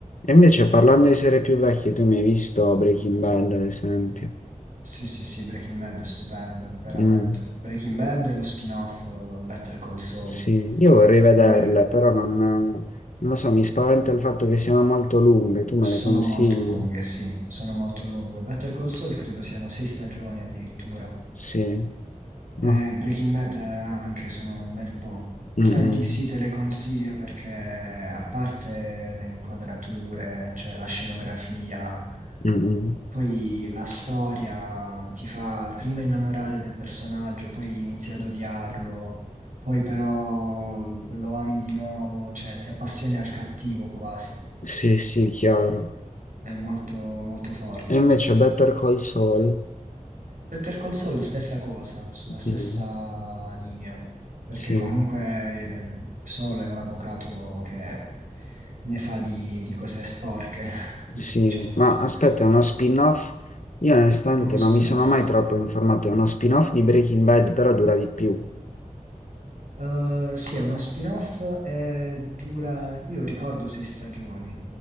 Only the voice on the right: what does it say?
Sì, sì, sì, Breaking Bad è stupendo, veramente.
Breaking Bad e lo spin-off eh, Better Call Saul.
Io me-
Sono
molto lunghe, sì, sono molto lunghe. Better Call Saul credo siano sei stagioni addirittura.
Eh,
Breaking Bad eh, anche sono un bel po'. Senti,
sì, te le consiglio perché a parte le inquadrature, cioè la scenografia.
Poi la storia ti fa prima innamorare del personaggio, poi inizi ad odiarlo, poi però lo ami di nuovo, cioè ti appassioni al cattivo quasi.
È molto, molto forte.
Better Call Saul, stessa cosa, sulla stessa
linea, perché
comunque il- Saul è un avvocato che ne fa di, di cose sporche, <laughs> diciamo
così.
È uno spin-off.
Uh, sì, è uno spin-off, eh, dura, io ricordo sei stagioni,